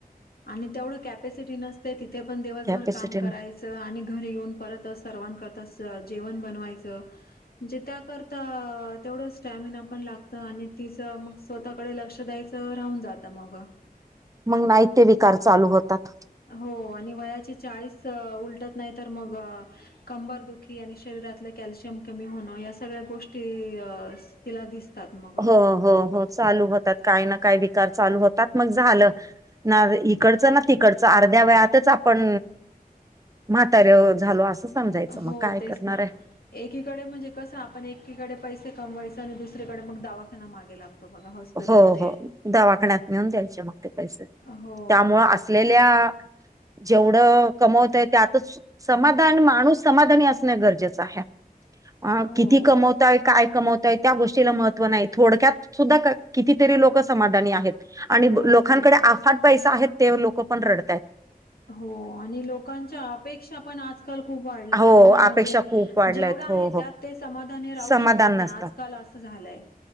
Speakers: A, on the left; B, on the right.
A: आणि तेवढं कॅपेसिटी नसते तिथे पण दिवसभर
B: कॅपॅसिटी
A: काम करायचं. च आणि घरी येऊन परत सर्वांकरता स जेवण बनवायचं. जीत त्याकरता तेवढं स्टॅमिना पण लागतं आणि तिचं मग. स्वतःकडे लक्ष द्यायचं राहून जातं मग.
B: मग नाही ते विकार चालू होतात.
A: हो आणि वयाची चाळीस उलटत नाही तर मग. कंबर दुखी आणि शरीरातलं कॅल्शियम कमी होणं या सगळ्या गोष्टी अ. तिला दिसतात मग
B: हो हो हो, चालू होतात काय ना काय विकार चालू होतात मग झालं. ना इकडचं ना तिकडचं अर्ध्या वेळतच आपण. म्हातार झालो असं समजायचं
A: हो
B: मग काय
A: तेच
B: करणार
A: ना
B: आहे.
A: एकीकडे म्हणजे कसं आपण एकीकडे पैसे कमवायचे आणि दुसरीकडे मग दवाखाना मागे लागतो. त बघा हॉस्पिटल
B: हो
A: ते
B: हो दवाखान्यात नेऊन द्यायचे मग ते पैसे
A: हो
B: त्यामुळं
A: तस.
B: असलेल्या
A: ह <inaudible>
B: जेवढं कमवत आहे त्यात समाधान माणूस समाधानी असण गरजेचं आहे. अ
A: हो
B: किती कमवताय काय कमवताय त्या गोष्टीला महत्त्व नाही थोडक्यात सुद्धा कर. कितीतरी लोक समाधानी आहेत आणि
A: हो
B: लोकांकडे
A: ते तर आहे.
B: आफाट पैसा आहेत ते लोक पण रडत आहेत.
A: हो आणि लोकांच्या अपेक्षा पण आजकाल खूप वाढल्या
B: हो
A: आहे ना
B: अपेक्षा
A: म्हणजे
B: खूप वाढल्यात
A: जेवढा आहे
B: हो हो
A: त्यात ते समाधानी राहू
B: समाधान
A: शकत नाही
B: नसतात
A: आजकाल असं झालंय.